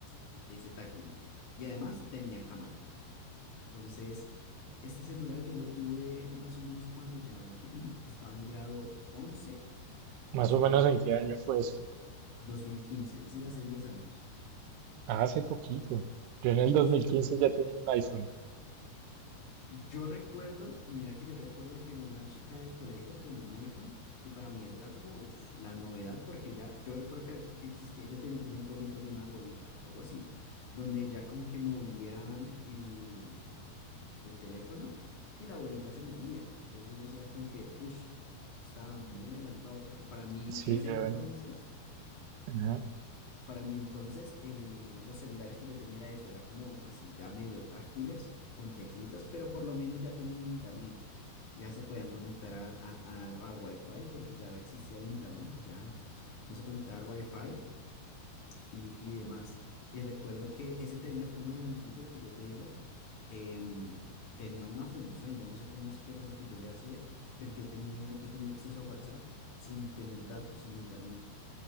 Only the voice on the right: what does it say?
Más
o menos
en qué año fue esto.
Ah, hace poquito. Yo en el dos
mil quince ya tenía un iPhone.
Sí,
yo
en... ajá.